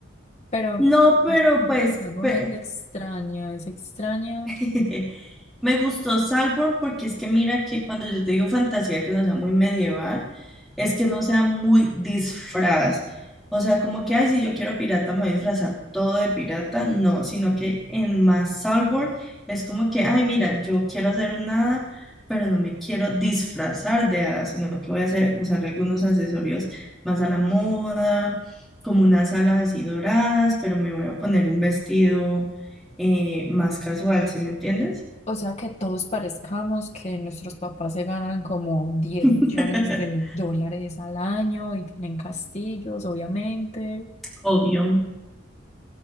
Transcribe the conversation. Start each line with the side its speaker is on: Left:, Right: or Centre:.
Left: Pero
Centre: No,
Left: o sea,
Centre: pero
Left: siento
Centre: pues,
Left: que el árbol
Centre: pe-
Left: es extraña, es extraña.
Centre: <laughs> Me gustó Salborn porque es que mira que cuando yo te digo fantasía que no sea muy medieval, es que no sea muy disfraz. O sea, como que, ay, si yo quiero pirata, me voy a disfrazar todo de pirata. No, sino que en más Salborn es como que, ay, mira, yo quiero hacer un hada, pero no me quiero disfrazar de hada, sino que voy a hacer, usar algunos accesorios más a la moda, como unas alas así doradas, pero me voy a poner un vestido eh, más casual, ¿sí me entiendes?
Left: O sea, que todos parezcamos que nuestros papás se ganan como 10 millones
Centre: <laughs>
Left: de dólares al año y tienen castillos, obviamente.
Centre: Obvio.